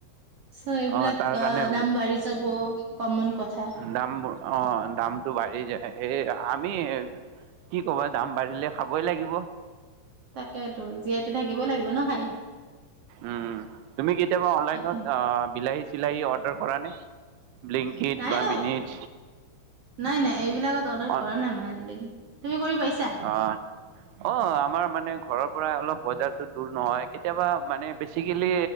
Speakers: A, on the right (about 55°); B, on the right (about 80°).
A: চ এইবিলাক
B: অ তাৰ
A: অ'
B: কাৰণে
A: নাম বাঢ়ি যাব। কমন কথা।
B: দাম অ', দামটো বাঢ়ি যায় সেই আমি কি ক'ব দাম বাঢ়িলে খাবই লাগিব।
A: তাকেইতো জীয়াইতো থাকিবই লাগিব ন খাই।
B: উ তুমি কেতিয়াবা অনলাইনত
A: তাকে
B: আহ বিলাহী চিলাহী অৰ্ডাৰ কৰা নে ব্লেংকেট
A: নাই
B: বা
A: নাই
B: মিনিট
A: নাই নাই এইবিলাকত অৰ্ডাৰ
B: অ
A: কৰা নাই মই আজিলৈকে তুমি কৰি পাইছা?
B: অ অ আমাৰ মানে ঘৰৰ পৰা অলপ বজাৰতো দূৰ নহয় কেতিয়াবা মানে বেচিকেলি